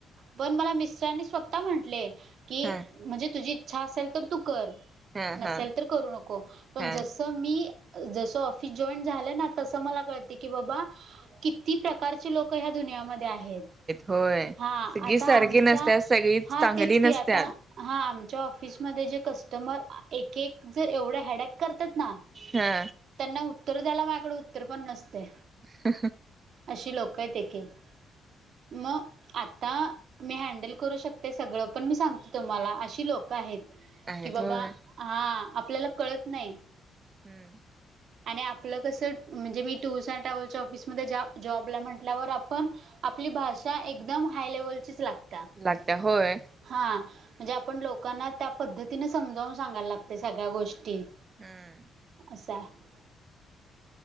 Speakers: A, on the right; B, on the right.
A: पण म मिस्टरांनी स्वतः म्हट <inaudible> की
B: हा
A: म्हणजे, तुझी इच्छा असेल तर तू कर.
B: हा हा
A: नसेल तर करू नको पण
B: हा
A: जस मी जसं ऑफिस जॉईन झालं ना, तसं मला कळते. की बाबा किती प्रकारचे लोक ह्या दुनियामध्ये आहेत. हा,
B: होय सगळी
A: आता
B: सारखी
A: आमच्या
B: नसतात सगळीच
A: हा
B: चांगली
A: तेच कि,
B: नसतात
A: आता हा, आमच्या ऑफिसमध्ये जे कस्टमर एक एक जर एवढे हॅडॅक करतात, ना
B: हा...
A: त्यांना उत्तर द्यायला. माझकडें उत्तर पण नसते.
B: ह....
A: अशी लोक आहेत. तेे <inaudible> <inaudible> म <inaudible> आता, मी हँडल करू शकते सगळं. पण मी सांगतो तुम्हाला, अशी लोकं आहेत.
B: आहेत
A: की, बाबा
B: होय
A: हा आपल्याला कळत नाही.
B: हम्म...
A: आणि आपलं कसं, म्हणजे मी टूर्स अँड ट्रॅव्हल्च्या, ऑफिसमध्ये जॉबला म्हटल्यावर, आपण आपली भाषा एकदम हाय लेवलचीच लागते.
B: लागत्या... होय.
A: हा म्हणजे, आपण लोकांना त्या पद्धतीने समजावून सांगायला लागते. सगळ्या गोष्टी
B: हम्म...
A: असा आहे.